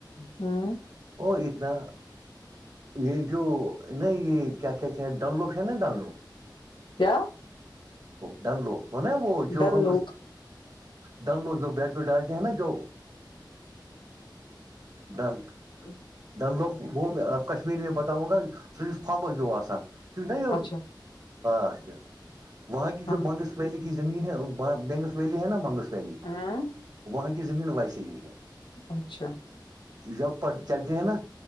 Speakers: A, on the left (about 85°); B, on the right (about 50°).
A: ہوں
B: ا اتنا یہ جو ن یہ کیا کیا کیا ہیں لو فین ڈان
A: کیا
B: ڈن لو وہ جو
A: ڈل
B: ہم
A: لوگ
B: ڈند لوگ جو بیڈ ویڈ ڈالتےے ہیں نا جو ڈند
A: ہ
B: دند لو وہ کشمیر میں بتاؤں گا جو فمبو ہو آسان یہ
A: اچھا
B: وہاں کی
A: ہاں
B: جو بنگس ویلی کی زمین ہے بنگس ویلی ہے نا بنگس پہلی
A: ہاں
B: وہاں کی زمین ویسی ہی ہے
A: اچھا
B: جب پ چلتے ہیں نا